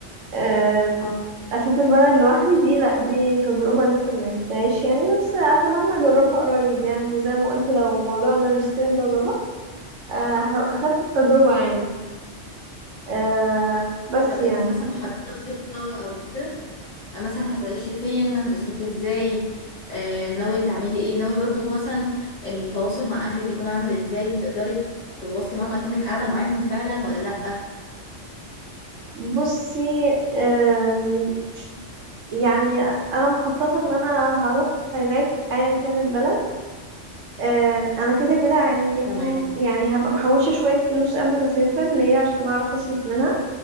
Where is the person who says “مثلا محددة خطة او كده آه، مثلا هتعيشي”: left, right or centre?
Left